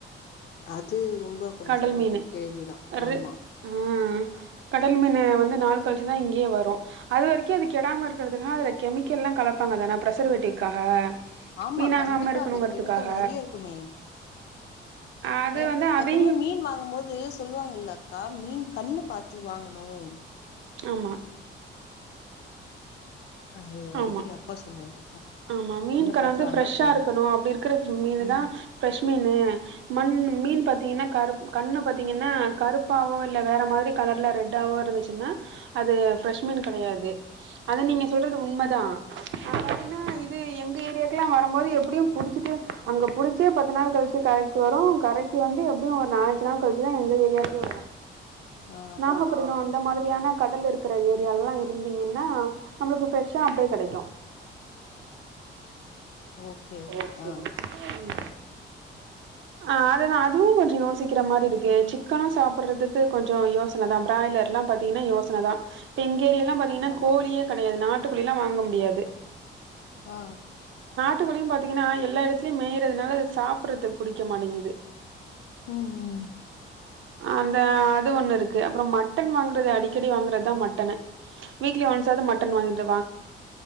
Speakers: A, on the left; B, on the right.
A: அது ரொம்ப கொஞ்ச
B: கடல் மீன்
A: கேடிதா ஆமா
B: ரு ஆ கடல் மீனு வந்து நாள் கழிச்சுதா இங்யே வரும் அது வரைக்கு அது கெடாம இருகிறதுக அதுல கெமிகலா கலபாங்க தான பிரசர்வேடிக் க்காக
A: ஆமா
B: வீணாகாம
A: கண்டிப்பா
B: இருக்கணுங்கிறதுக்காக
A: அந்த கெமிக்கல் நிறைய இருக்குமே
B: அது
A: எ
B: வந்து அது
A: எப்பவுமே மீன் வாங்கும் போது சொல்லுவாங்கல்ல அக்கா மீன் கண்ணு பாத்து வாங்கணும்
B: ஆமா
A: அது அடிக்கடி
B: ஆமா
A: அப்பா சொல்லுவாரு
B: ஆமா மீன் கண்ணு
A: பாத்து
B: வந்து
A: வாங்கனா
B: ஃப்ரெஷ்ஷா
A: தெரியு
B: இருக்கணும் அப்படி இருக்கிற மீனு
A: ம்
B: தா ஃப்ரெஷ் மீனு மண் மீன் பாத்தீங்கன்னா கரு கண்னா பாத்திங்கஙன்னா கருப்பாவொஇல்ல வேர மாரி கலர்ல ரெட்டாவொ இருந்துச்சுண்ணா அது ஃப்ரெஷ்மீன் கெடையாது சொல்றது உண்மைதா அப்பனா
A: ஆமா
B: இது எங்க ஏரியர லாம் வரும்போது எப்டியும் புடிச்சுடு அங்க புடிசு பத்து நாள் கழிச்சு கரைகு வரும் கரைகு வந்து எப்டியும் ஒரு நாளஞ்சு நாள் கழிச்சசுதா எங்க ஏரியகே வரும்
A: ஆ
B: நாகப்பட்டினம் அந்த மாரி ஏனா கடல இருகிற ஏரியாலா இருந்தீகனா நம்மளுக்கு ஃப்ரெஷ்ஷா அப்பயே கெடைக்கும்
A: ஓகே ஓகே
B: ஓகே-ஓகே
A: ஆ
B: ம் ஆஹ் அததா அதுவும் கொஞ்ச யோசிகிற மாரி இருக்கு சிக்கனு சாப்பிறதுக்கு கொஞ்ச யோசன தான் பிராய்லர் எல்லாம் பத்த ன்ன யோசனை தான் இப்ப எங்க இங்கலாம் பாதீங்கனா
A: ஆமாக்கா
B: கோழி எது நாட்டுக்கோழில்லா வாங்க முடியாது
A: ஆ
B: ட்டு கோழியு பாதீங்கனா எல்லா இடதுலயு மேயிறதுனால அது சாபிறதுக் பிடிக்க மாடிங்து
A: உம் உம்
B: அந்த அது ஒண்ணு இருக்கு அப்புறோ மட்டன் வாங்கறது அடிக்கடி வாங்குறதுதா மட்டனு வீக்லி ஒன் ச்சாலும் மட்டன் வாங்கிறப்